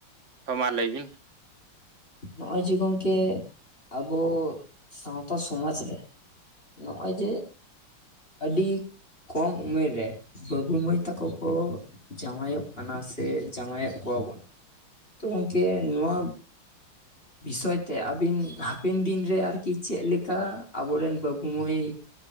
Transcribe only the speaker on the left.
ᱱᱚᱜᱼᱚᱭ ᱡᱮ ᱜᱚᱝᱠᱮ ᱟᱵᱚ ᱥᱟᱶᱛᱟ ᱥᱚᱢᱟᱡᱽ ᱨᱮ ᱱᱚᱜᱼᱚᱭ ᱡᱮ ᱟᱹᱰᱤ ᱠᱚᱢ ᱩᱢᱮᱨ ᱨᱮ ᱵᱟᱹᱵᱩ ᱢᱟᱹᱭ ᱛᱟᱠᱚ ᱠᱚ ᱡᱟᱶᱟᱭᱚᱜ ᱠᱟᱱᱟ ᱥᱮ ᱡᱟᱶᱟᱭᱮᱫ ᱠᱚᱣᱟ ᱵᱚᱱ ᱛᱚ ᱜᱚᱢᱠᱮ ᱱᱚᱣᱟ ᱵᱤᱥᱚᱭ ᱛᱮ ᱟᱹᱵᱤᱱ ᱦᱟᱯᱮᱱ ᱫᱤᱱ ᱨᱮ ᱟᱨᱠᱤ ᱪᱮᱫ ᱞᱮᱠᱟ ᱟᱵᱚᱨᱮᱱ ᱵᱟᱹᱵᱩ ᱢᱟᱹᱭ